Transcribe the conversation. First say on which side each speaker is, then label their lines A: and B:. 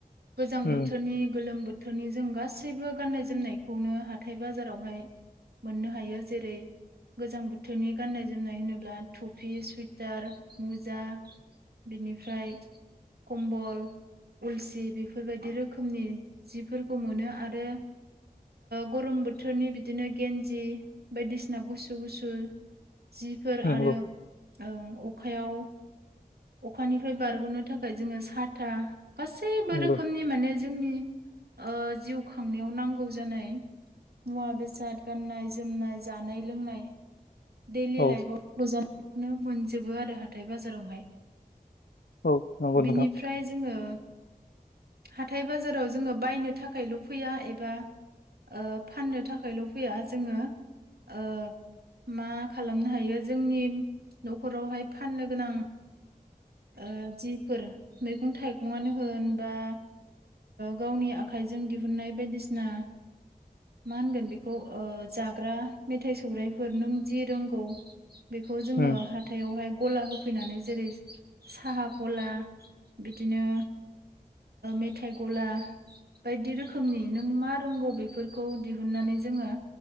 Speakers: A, on the right (about 85°); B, on the left (about 85°).
A: गोजां
B: उम
A: बोथोरनि गोलोम बोथोर बोथोरनि जों गासैबो गाननाय जोमनायखौनो हाथाय बाजारावहाय। मोननो हायो जेरै गोजां बोथोरनि गाननाय जोमनाय होनोब्ला टफि सुवइटार मुजा बिनिफ्राय कम्बल। उलसि बेफोरबायदि रोखोमनि जिफोरखौ मोनो आरो। गरम बोथोरनि बिदिनो गन्जि बायदिसिना गुसु गुसु जिफोर
B: नंगौ
A: आरो ओं अखायाव अखानिफ्राय बारग'नो थाखाय जोङो साथा गासैबो
B: नंगौ
A: रोखोमनि माने जोंनि जिउ खांनायाव नांगौ जानाय मुवा -बेसाद, गाननाय- जोमनाय, जानाय- लोंनाय, दैलि
B: औ
A: लाइबाव नांगौ जानायखौनो मोनजोबो आरो हाथाय बाजारावहाय
B: औ नंगौ
A: बिनिफ्राय
B: नोंथां
A: जोङो हाथाय बाजाराव जोङो बायनो थाखायल' फैया एबा ओ फाननो थाखायल' फैया जोङो ओ मा खालामनो हायो जोंनि न'खरावहाय फाननो गोनां ओ जिफोर मैगं थाइगं आनो होन बा गावनि आखाइजों दिहुनन्नाय बायदिसिना मा होनगोन बेखौ जाग्रा मेथाइ सौराइफोर नों जि रोंगौ बेखौ जोङो
B: उम
A: हाथायावहाय गला होफैनानै जेरै साहा गला बिदिनो मेथाइ गला बायदि रोखोमनि नों मा रोंगौ बेफोरखौ दिहुननानै जोङो